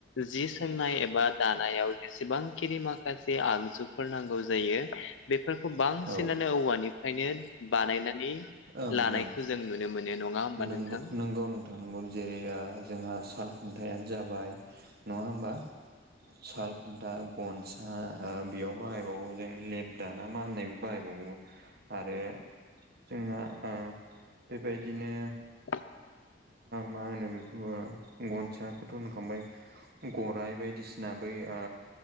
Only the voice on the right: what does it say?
औ
ओं
ओं
नोंगौ
नंगौ नं नोंगौ जेरै आ जोंहा साल खुंथायानो जाबाय नङा होमबा साल खुन्था गनसा ओ बेयाव बाहायबावो जों लेपदा ना मा होननाय बाहायबावो आरो जोंहा ओ बेबायदिनो
मा होनो बेखौ गनसाखौथ' होनखांबाय गराय बायदिसिना बै ओ